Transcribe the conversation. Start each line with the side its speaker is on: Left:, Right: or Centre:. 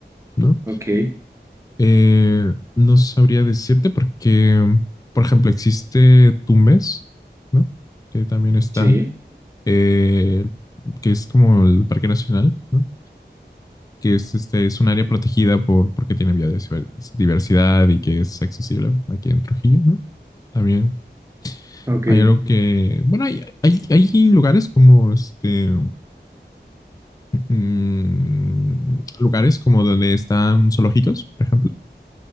Left: ¿no?
Right: Ok,
Left: Eh, no sabría decirte porque, por ejemplo, existe Tumbes, ¿no? Que también está,
Right: sí,
Left: eh, que es como el Parque Nacional, ¿no? Que es, este, es un área protegida por, porque tiene biodiversidad y que es accesible aquí en Trujillo, ¿no? También
Right: ok,
Left: hay algo que, bueno, hay, hay, hay lugares como, este, mm, lugares como donde están zoológicos, por ejemplo